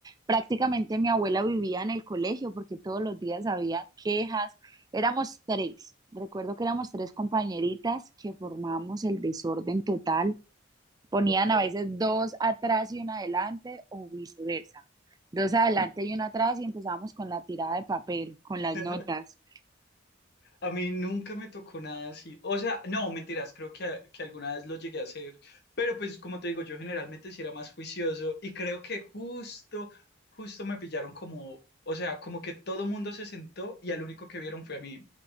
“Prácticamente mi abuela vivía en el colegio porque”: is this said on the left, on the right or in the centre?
Right